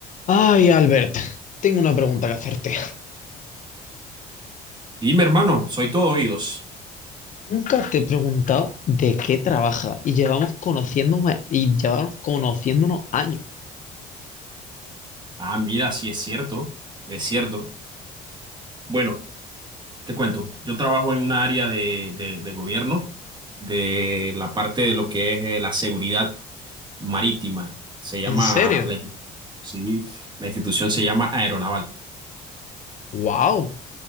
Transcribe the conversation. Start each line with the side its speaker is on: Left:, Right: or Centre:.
Left: Ay, Albert, tengo una pregunta que hacerte.
Right: Dime, hermano, soy todo oídos.
Left: Nunca te he preguntado de qué trabaja y llevamos conociéndome y llevamos conociéndonos años.
Right: Ah, mira, sí es cierto, es cierto. Bueno, te cuento, yo trabajo en una área de, de, de gobierno, de la parte de lo que es eh, la seguridad marítima. Se llama,
Left: ¿En serio?
Right: la, in- sí, la institución se llama Aeronaval.
Left: ¡Wow!